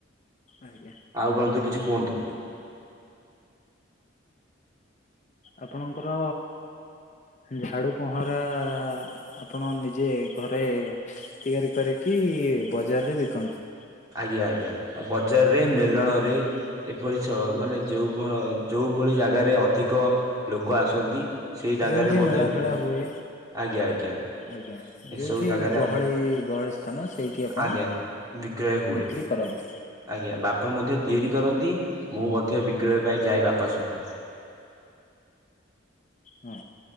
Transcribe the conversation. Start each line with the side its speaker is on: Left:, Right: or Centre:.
Left: ଆଜ୍ଞା।
Right: ଆଉ ବନ୍ଧୁ କିଛି କୁହନ୍ତୁ?
Left: ଆପଣଙ୍କର ଝାଡୁ ପହଁରା ଆପଣ ନିଜେ ଘରେ ତିଆରି କରିକି ବଜାରରେ ବିକନ୍ତି ।
Right: ଆଜ୍ଞା ଆଜ୍ଞା ବଜାରରେ ମେଲଣ ରେ ଏପରି ଛ ମାନେ ଯୋଉ ଫଳ ଯୋଉ ଯେଉ ଭଳି ଜାଗାରେ ଅଧିକ ଲୋକ ଆସନ୍ତି ସେ ଜାଗାରେ
Left: ଯୋଉଠି
Right: ମଧ୍ୟ
Left: ମେଳା
Right: ଵି
Left: ଫେଳା ହୁଏ
Right: ଆଜ୍ଞା ଆଜ୍ଞା।
Left: ଆଜ୍ଞା
Right: ଏସବୁ
Left: ଯୋଉଠି
Right: ଜାଗାରେ
Left: ଗହଳି ଗହଳି ସ୍ଥାନ ସେଇଠି ଆପଣ
Right: ଆଜ୍ଞା ବିକ୍ରୟ ହୁଏ
Left: ବିକ୍ରି କରନ୍ତି
Right: ଆଜ୍ଞା ବାପା ମଧ୍ୟ ତିଆରି କରନ୍ତି ମୁ ମଧ୍ୟ ବିକ୍ରୟ ପାଇଁ ଯାଏ ବାପା ସହ।
Left: ହଁ